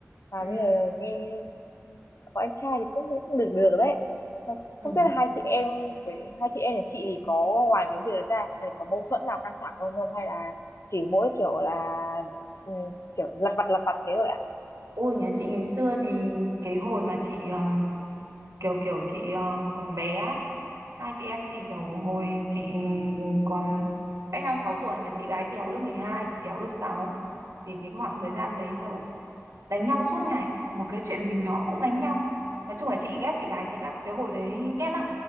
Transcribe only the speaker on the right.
Ừ.
Ừ.
Ôi nhà chị ngày xưa thì cái hồi mà chị um, kiểu kiểu chị uh, còn bé ấy. Hai chị em chị kiểu hồi chị còn cách nhau 6 tuổi mà chị gái chị học lớp 12 thì chị học lớp sáu thì cái khoảng thời gian đấy kiểu đánh nhau suốt ngày một cái chuyện gì nhỏ cũng đánh nhau nói chung là chị ghét chị gái chị lắm cái hồi đấy ghét lắm